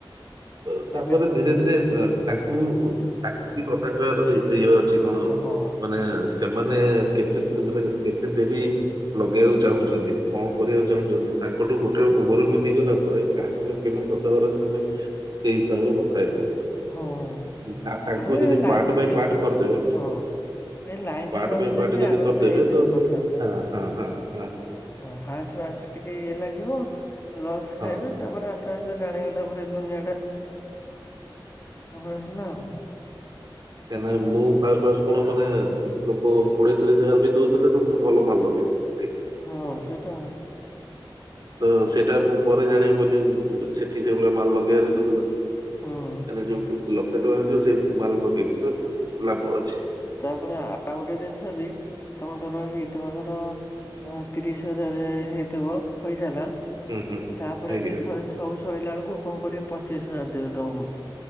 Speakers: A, on the right; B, on the left.
A: ତ ତାପରେ
B: ଏମିତି
A: ଧୀରେ ଧୀରେ ଏ ତାଙ୍କୁ ତାଙ୍କୁ ବି କଥା କହିବାର ଇ ଇଏ ଅଛି କଣ
B: ହଁ ହଁ।
A: ମାନେ ସେ ସେମାନେ କେତେ ମାନେ କେତେ ଡେରି ଲଗେଇବାକୁ ଚାହୁଁଛନ୍ତି କଣ କରିବାକୁ ଚାହୁଁଛନ୍ତି? ତାଙ୍କଠୁ ଗୋଟେ ଓଭର ଭ୍ୟୁ ନେଇଗଲା ପରେ, କାହା ସାଙ୍ଗରେ କେମିତି କଥା ହବାର ଅଛି ତମେ ସେଇ ହିସାବରେ କଥା ହେଇଯାଅ।
B: ହଁ ହଁ।
A: ଆ ଆଙ୍କୁ
B: ତମେ
A: ଯଦି
B: ଲାଇ
A: ପାର୍ଟ ବାଇ
B: ଏ
A: ପାର୍ଟ କରିଦେବେ
B: ହଁ ଏ ଲାଇନରେ
A: ପାର୍ଟ
B: ରହିଲେ
A: ବାଇ ପାର୍ଟ
B: ବି
A: ଯଦି
B: ଆରାମସେ
A: କରିଦେବେ
B: ହେଇଯିବ
A: ତ ସେ,
B: କଥାବାର୍ତ୍ତା।
A: ହାଁ, ହାଁ ହାଁ ହାଁ
B: ହଁ ଫାଷ୍ଟ ଫାଷ୍ଟ ଟିକେ ଇଏ ଲାଗିବ ଲସ
A: ହଁ
B: ଖାଇବେ ତାପରେ ଆସ୍ତେ ଆସ୍ତେ ଜାଣିଗଲା ପରେ ଦୁନିଆଟା ତାପରେ ହେଲା ଆଉ।
A: କାହିଁକି ନା ମୁଁ ଫାଷ୍ଟ ଫାଷ୍ଟ କଣ ମାନେ ଲୋକ କୋଡିଏ ତିରିଶ ହଜାର ବି ଦଉଥିଲେ ତ ମୁଁ ଭଲ ମାଲ ଲଗେଇ ଦଉଥିଲି।
B: ହଁ ସେଇଟା।
A: ତ ସେଇଟା ମୁଁ ପରେ ଜାଣିବାକୁ ପାଇଲି ସେଠି ସେହିଭଳିଆ ମାଲ ଲଗେଇବାର ହିଁ ନଥିଲା। କାହିଁକିନା
B: ହୁଁ
A: ଯୋଉଠି ଲକ୍ଷେ ଟଙ୍କା ଯିବ ସେ ମାଲ ଲଗେଇଦେଲେ ଲାଭ ଅଛି।
B: ତାପରେ ଆଉ ଗୋଟେ ଜିନିଷ ବି ତମେ ଧର ହେ ଧର ଅ ତିରିଶ ହଜାରରେ ହେଇଥିବ ଫଇସଲା
A: ହୁଁ ହୁଁ
B: ତାପରେ
A: ଆଜ୍ଞା
B: ବି ସବୁ ସରିଲା ସଇଲାବେଳକୁ କଣ କରିବେ ପଚିଶ ହଜାର ଦେବେ ତମକୁ।